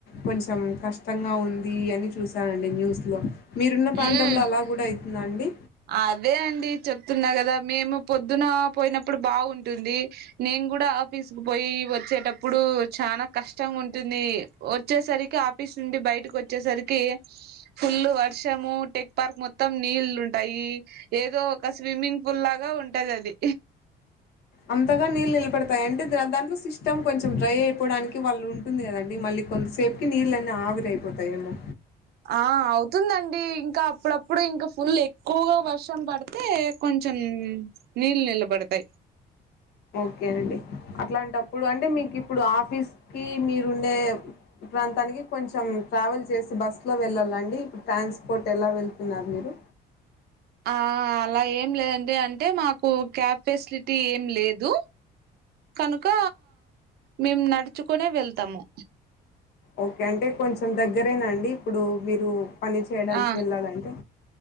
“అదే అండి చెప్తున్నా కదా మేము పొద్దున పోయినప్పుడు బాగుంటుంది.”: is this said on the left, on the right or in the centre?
Right